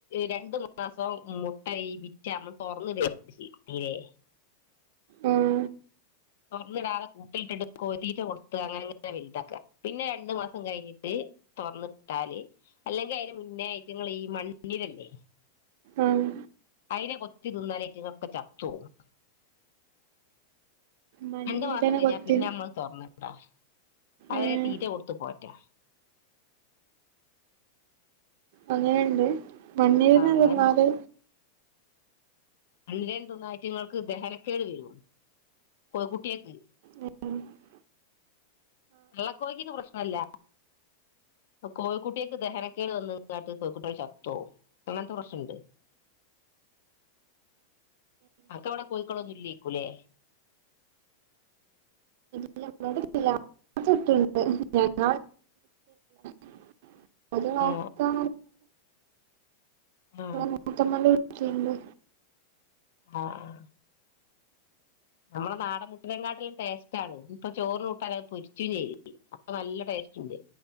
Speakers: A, on the left; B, on the right.
A: രണ്ട് മാസം മുട്ട വിരിച്ച നമ്മള് തുറന്നട <unintelligible> േ <unintelligible>
B: ഉം
A: തൊറന്നിടാതെ കൂട്ടിയിട്ടിട്ട് കൊത്തീറ്റ കൊടുത്ത് അങ്ങനെ ഇങ്ങനെ വലുതാക്കുക പിന്നെ രണ്ടു മാസം കഴിഞ്ഞിട്ട് തൊറന്ന് വിട്ടാല് അല്ലെങ്കിൽ അതിന് മുന്നേ ഇതിങ്ങള് ഈ മണ്ണിലല്ലേ
B: ആഹ്
A: അയിനെ കൊത്തി തിന്നാനായിട്ട് ഇതൊക്കെ ചത്തു പോകും
B: മണ്ണീരനെ
A: രണ്ടു മാസം കഴിഞ്ഞാ
B: കൊത്തി
A: പിന്നെ നമ്മള് തൊറന്നു വിട്ടോ അവരെ
B: ഏഹ്
A: തീറ്റ കൊടുത്തു പോറ്റാ
B: അങ്ങനെ തന്നെ മണ്ണിര
A: അങ്ങനെ
B: എന്ന് പറഞ്ഞാല്
A: കണ്ില ൊ <unintelligible> ന്നാറ്റങ്ങൾക്ക് ദഹനക്കേട് വരോ കുട്ടിയക്ക്
B: ഉം <unintelligible>
A: ആ കോയിക്ക് ഇത് പ്രശ്നമല്ല കോഴിക്കുട്ടിക്ക് ദഹനക്കേട് വന്നങ്ങാട്ട് കോഴിക്കുട്ടികള് ചത്തോ അങ്ങനത്തെ പ്രശ്നം ഉണ്ട് അനക്ക് അവിടെ കോയിക്കോളൊന്നും ഇല്ലേക്കൂലേ
B: ഞങ്ങടെ അടുത്ത് ഇല്ല അപ്പുറത്തെ വീട്ടില് ഒണ്ട് <unintelligible> ഒരു നോക്കാ
A: ആ ആ
B: നൂറ്റ <unintelligible> പിന്നെ
A: ആ <unintelligible> നമ്മളെ നാടൻ മുട്ടിലെങ്ങാട്ടിലും ടേസ്റ്റ് ആണ് ഇപ്പൊ ചോറ് കൂട്ടാ അത് പൊരിച്ചുകയും ചെയ്തു അപ്പൊ നല്ല ടേസ്റ്റ് ഉണ്ട്